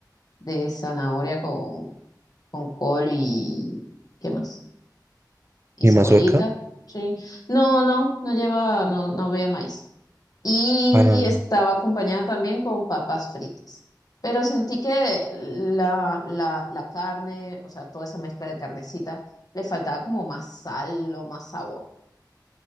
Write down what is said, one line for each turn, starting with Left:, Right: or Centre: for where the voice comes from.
Left: de zanahoria con, con col y ¿qué más? Y
Right: y
Left: cebollita,
Right: mazorca,
Left: sí. No, no, no lleva, no, no había maíz y
Right: ah,
Left: estaba acompañada también con papas fritas. Pero sentí que la, la, la carne, o sea, toda esa mezcla de carnecita, le faltaba como más sal o más sabor.